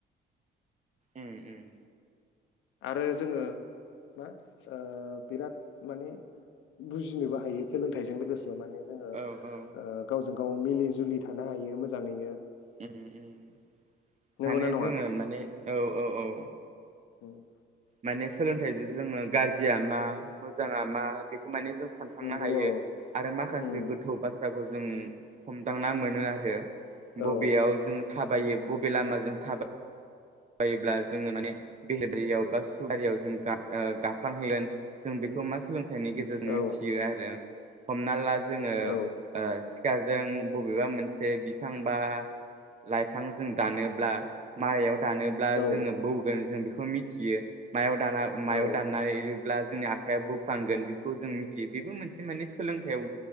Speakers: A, on the right; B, on the left.
A: उम उम।
B: आरो जोङो मा बिराद माने बुजिनोबो हायो सोलोंथाइजों लोगोसे। जोङो।
A: औ औ
B: गाव मिलि जुलि थानो हायो मोजाङैनो।
A: <unintelligible>
B: नंगौना
A: माने
B: नङा?
A: जोङो माने औ औ औ।
B: उम।
A: माने सोलोंथाइजों जोङो गाज्रिया मा मोजाङा मा बेखौ जों सानखांनो
B: नंगौ
A: हायो
B: औ
A: आरो माखासे
B: उम
A: गोथौ बाथ्राखौ जों जों हमदांना मोनो आरो।
B: औ
A: बबेयाव जों थाबायो। बबे लामाजों थाबाय। योब्ला जोङो माने बेहेेरबारियाव बा सुबारियाव जों गाफांहैगोन जों बेखौ मा सोलों गेजेरजों
B: औ
A: मिथियो आरो हमना ला जोङो
B: औ
A: सिखाजों बबेबा मोनसे बिफांबा लाइफां जों दानोब्ला मा दानोब्ला
B: औ
A: जोङो बौगोन जों बेखौ। खौ मिथियो मायाव दाना मायाव
B: औ
A: दाननानै ब्ला जोंनि आखायाव बोफ्लांगोन बेखौ जों मिथियो बेबो मोनसे मान सोलोंथायाव